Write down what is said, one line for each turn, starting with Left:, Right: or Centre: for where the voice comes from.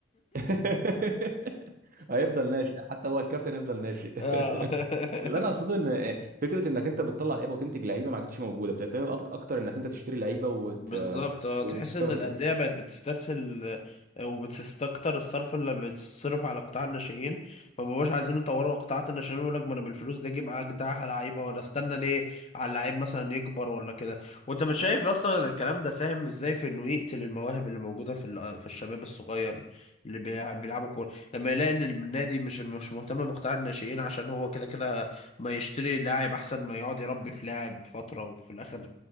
Right: <laughs> هيفضل ناشئ حتى هو الكابتن هيفضل ناشئ <laughs>
Left: اه
Right: اللي انا اقصده
Left: <laughs>
Right: ان فكره انك انت بتطلع لعيبه وتنتج لعيبه ما عادتش موجوده بتعتمد أك- اكتر انك انت تشتري لعيبه وت...
Left: بالظبط اه
Right: وتستورد
Left: تحس ان الانديه بقت بتستسهل آه، وبتستكتر الصرف اللي بتصرف على قطاع الناشئين ما بقوش عايزين يطوروا قطاعات الناشئين يقول لك ما انا بالفلوس دي اجيب اجدع لعيبه ولا استنى ليه على اللعيب مثلا يكبر ولا كده وانت مش شايف اصلا الكلام ده ساهم ازاي في انه يقتل المواهب اللي موجوده في ال- في الشباب الصغير اللي بيع- بيلعبوا كوره لما يلاقي ان النادي مش مش مهتم بقطاع الناشئين عشان هو كده كده ما يشتري لاعب احسن ما يقعد يربي في لاعب فتره وفي الاخر